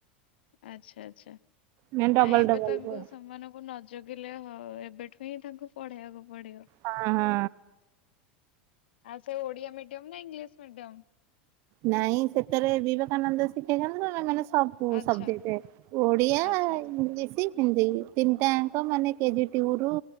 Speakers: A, on the left; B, on the right.
A: ଆଚ୍ଛା ଆଚ୍ଛା
B: ମାନେ ଡବଲ
A: ନାଇଁ ଏବେ
B: ଡବଲ
A: ତାଙ୍କୁ
B: କୁ
A: ସମାନ ନଜଗିଲେ ହଉ ଏବେଠୁ ହିଁ ତାଙ୍କୁ ପଢେଇବାକୁ ପଡିବ।
B: ହଁ ହଁ
A: ଆଉ ସେ ଓଡିଆ ମିଡିୟମ ନା ଇଂଲିଶ ମିଡିୟମ
B: ନାଇଁ ସେଥିରେ ବିବେକାନନ୍ଦ ଶିକ୍ଷାକେନ୍ଦ୍ର ନାଁ ମାନେ ସବୁ
A: ଆଚ୍ଛା
B: ସବଜେକ୍ଟ ଓଡିଆ
A: ଆଚ୍ଛା
B: ଇଂଲିଶ ହିନ୍ଦୀ, ତିନିଟାଙ୍କ ମାନେ କେଜି ଟିଉ ରୁ